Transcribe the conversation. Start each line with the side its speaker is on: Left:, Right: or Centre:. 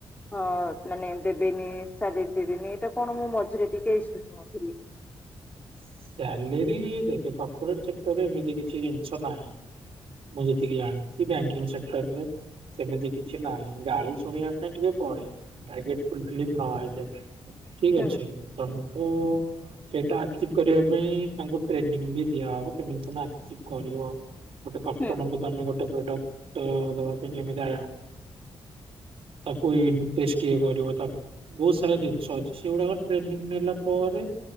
Left: ହଁ ମାନେ ଦେବେନି ସାଲେରୀ ଦେବେନି ଏଇଟା କଣ ମୁଁ ମଝିରେ ଟିକେ ଇସୁ ଶୁଣୁଥିଲି।
Right: ସାଲେରୀ ଦେଖେ କର୍ପୋରେଟ ଚେକ୍ଟରରେ ଏମିତି କିଛି ଜିନିଷ ନାହିଁ। ମୁଁ ଯେତିକି ଜାଣିଚି ବ୍ୟାଙ୍କିଙ୍ଗ ସେକ୍ଟର ରେ ସେମିତି କିଛି ନାହିଁ, ଗାଳି ଶୁଣିବା ପାଇଁ ଟିକେ ପଡେ। ଟାର୍ଗେଟ ଫୁଲଫିଲ ନଲେ ଠିକ
Left: ହୁଁ
Right: ଅଛି ତମୁକୁ ସେଇଟା ଆଚିଭ୍ କରିବା ପାଇଁ ତାଙ୍କୁ ଟ୍ରେନିଂ ବି ଦିଆହବ କେମିତି ତମେ ଆଚିଭ୍ କରିବ। ଗୋଟେ କଷ୍ଟମରକୁୁ
Left: ହୁଁ
Right: ତମେ ଗୋଟେ ପ୍ରଡକ୍ଟ ଅ ଦବା ପାଇଁ କେମିତିଆ ତାକୁ ଇନଷ୍ଟେଟ୍ ଇଏ କରିବ ତାକ୍ ବହୁତ ସାରା ଜିନିଷ ଅଛି ସେଗୁଡାକ ଟ୍ରେନିଂ ନେଲା ପରେ